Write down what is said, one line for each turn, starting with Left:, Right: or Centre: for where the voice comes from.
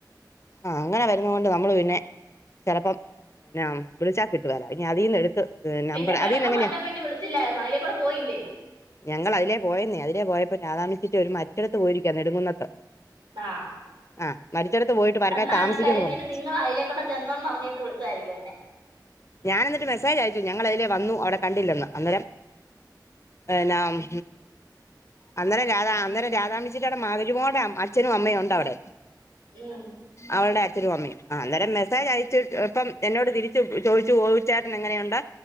Left: ആഹ അങ്ങനെ ണ്ട് നമ്മൾ പിന്നെ ചിലപ്പം പിന്ന വിളിച്ചാൽ കിട്ടുവല്ലോ ഇനി അതിൽന്ന് എടുത്ത്
Right: പിന്നെ
Left: നമ്പർ
Right: പിണക്കം
Left: അതിൽ നിന്ന് എങ്ങനെയാ
Right: മാറ്റാൻ വേണ്ടി വിളിച്ചില്ലായിരുന്നു അതിലേ കൂടെ പോയില്ലേ
Left: ഞങ്ങൾ അതില പോയെന്നേ അതില പോയപ്പോ രാധാമണി ചിറ്റ ഒരു മരിച്ചിടത്ത് പോയിരിക്കാ നെടുങ്ങുന്നത്ത്
Right: ആഹ്
Left: ആഹ് മരിച്ചിടത്ത് പോയിട്ട് വരണേ
Right: എന്നാ
Left: താമസിക്കന്ന്
Right: അത് കഴിഞ്ഞിട്ട്
Left: പറഞ്ഞു
Right: നിങ്ങൾ അതിലെ കൂടെ ചെന്നെന്ന് അറിഞ്ഞിട്ട് വിളിച്ചതായിരിക്കും എന്നെ
Left: ഞാൻ എന്നിട്ട് മെസ്സേജ് അയച്ചു ഞങ്ങളതിലേ വന്നു അവിടെ കണ്ടില്ലന്ന് അന്നേരം എന്നാ ഉം അന്നരം രാധാ രാധാമണി ചിറ്റയുടെ അവിടെ മരുമോളുടെ അച്ഛനും അമ്മയും ഉണ്ട് അവിടെ
Right: ഉം
Left: അവളുടെ അച്ഛനും അമ്മയും അന്നേരം മെസ്സേജ് അയച്ച ഇപ്പം എന്നോട് തിരിച്ച് ചോദിച്ചു പോയി ച്ചേട്ടന് എങ്ങനെയുണ്ട്